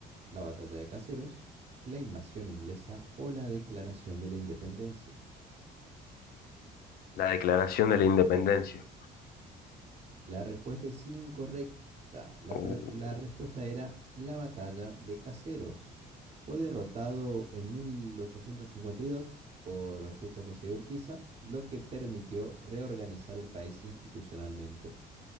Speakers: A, on the right; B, on the left.
A: la batalla de Caseros, la invasión inglesa o la declaración de la independencia.
B: La Declaración de la Independencia.
A: La respuesta es incorrecta. La,
B: Uh,
A: pre- la respuesta era la batalla de Caseros. Fue derrotado en 1852 por Justo José de Urquiza, lo que permitió reorganizar el país institucionalmente.